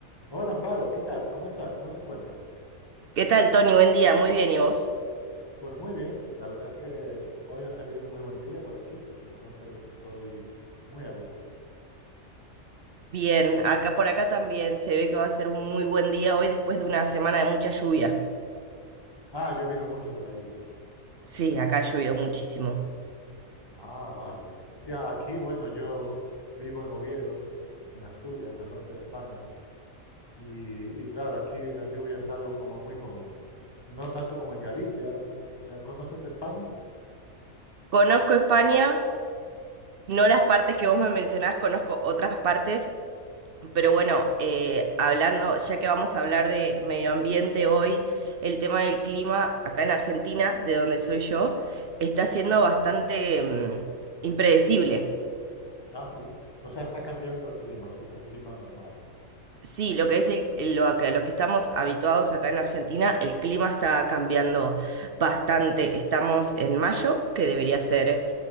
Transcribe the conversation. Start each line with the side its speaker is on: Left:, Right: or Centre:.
Left: Hola Amparo, ¿qué tal? ¿Cómo estás? ¿Cómo te encuentras?
Right: ¿Qué tal, Tony? Buen día, muy bien, ¿y vos?
Left: Pues muy bien, la verdad es que hoy ha salido un muy buen día por aquí y entonces estoy muy a gusto.
Right: Bien, acá por acá también se ve que va a ser un muy buen día hoy después de una semana de mucha lluvia.
Left: Ah, ha llovido mucho por allí.
Right: Sí, acá ha llovido muchísimo.
Left: Ah, vaya. Sí, a- aquí, bueno, yo vivo en Oviedo, en Asturias, al norte de España, y, y claro, aquí la lluvia es algo como muy común. No tanto como en Galicia. Eh, ¿Conoces España?
Right: Conozco España, no las partes que vos me mencionás, conozco otras partes, pero bueno, eh, hablando, ya que vamos a hablar de medio ambiente hoy, el tema del clima acá en Argentina, de donde soy yo, está siendo bastante, mm, impredecible.
Left: Ah, sí. O sea, está cambiando el clima, lo que es el clima normal.
Right: Sí, lo que es el- el- lo que, los que estamos habituados acá en Argentina, el clima está cambiando bastante. Estamos en mayo, que debería ser